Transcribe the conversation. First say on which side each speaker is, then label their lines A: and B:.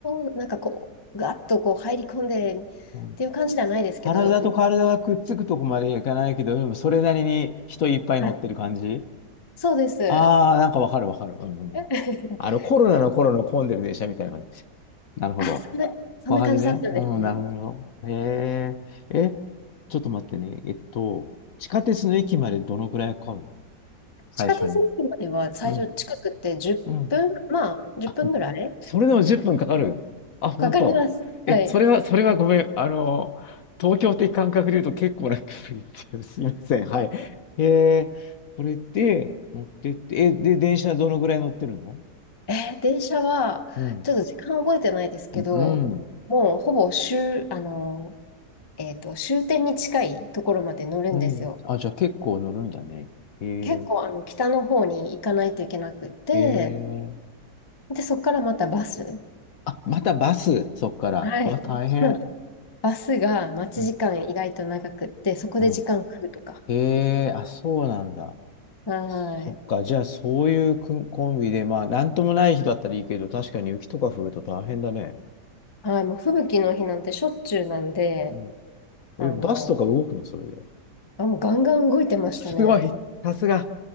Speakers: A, on the left (about 20°); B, on the left (about 60°).
A: ど、なんかこう、ガッとこう入り込んでっていう感じではないですけど、
B: うん体と体がくっつくとこまで行かないけど、
A: もう、
B: でもそれなりに人いっぱい乗ってる感じ
A: はい。そうです。え
B: ああなんかわかるわかる。うん、うん。
A: <laughs>
B: あの、コロナの頃の混んでる電車みたいななるほど。
A: あ、そんな、そんな感じだったんですね。
B: こんな感じね。うん、なるほど。へえ。え、ちょっと待ってね。えっと、地下鉄の駅までどのくらいかかるの最初に。
A: 地下鉄の駅までは最初近くって10分、
B: うん、うん。
A: まあ、10分ぐらい
B: あ、それでも10分かかる。あ、本当。
A: かかります。
B: え、
A: はい。
B: それは、それはごめん。あの、東京的感覚で言うと結構な距離っていう。<laughs> すいません。はい。へえ。これで乗ってって、え、で、電車どのくらい乗ってるの
A: えー電車は、
B: うん。
A: ちょっと時間覚えてないですけど、
B: うん。
A: もうほぼ終、あの、えっと、終点に近いところまで乗るんですよ。
B: うん。あ、じゃあ結構乗るんだね。へえ
A: 結構、あの、北の方に行かないといけなくって、
B: ー。へえー。
A: で、そこからまたバス。
B: あ、またバス、そっから。
A: はい。
B: うわ、大変。
A: そのバスが待ち時間意外と長くって、
B: うん。
A: そこで時間食うとか。
B: うんへえ、あ、そうなんだ。
A: はい。
B: そっか、じゃあ、そういうくんコンビで、まあ、なんともない日だったらいいけど、確かに雪とか降ると大変だね。
A: はい、もう吹雪の日なんてしょっちゅうなんで、
B: うん
A: あの、
B: え、バスとか動くのそれで。
A: あ、もうガンガン動いてましたね。
B: すごい、さすが。